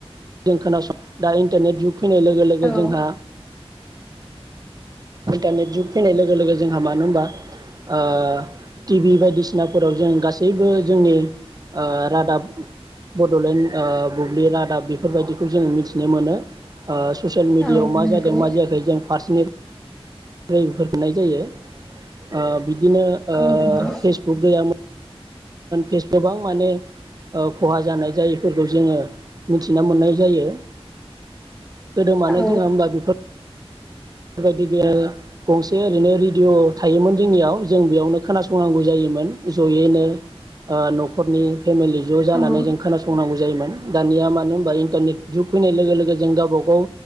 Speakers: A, on the right; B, in the centre.
A: जों खोनासं दा इन्टारनेट जुग फैनाय लोगो लोगो
B: औ
A: जोंहा इन्टारनेट जुग फैनाय लोगो लोगो जोंहा मानो होनबा ओ टि भि बायदिसिनाफोराव जों गासैबो जोंनि ओ रादाब बड'लेण्ड ओ बुब्लि रादाब बे फोरबायदिखौ जों मिथिनो मोनो। ओ ससियेल मिडियायाव
B: औ
A: मा
B: नंगौ
A: जादों मा जायाखै जों फार्टनि <unintelligible> जायो ओ बि दिनो
B: औ
A: ओ
B: नंगौ
A: फेसबुक गैयामोन फेस गोबां माने खहा जानाय जायैफोरखौ जोङो मिथिना मोननाय जायो। गोदो मानो
B: औ
A: जोङो होमबा बिफोर बेबायदि गैया गंसे ओरैनो रेडिअ' थायोमोन जोंनियाव जों बेयावनो खोनासंनांगौ जायोमोन ज'यैनो ओ न'खरनि फेमिलि ज' जानानै
B: औ
A: जों खोनासंनांगौ जा जायोमोन दानिया मानो होमबा इन्टरनेट जुग फैनाय लोगो लोगो जों गावबा गाव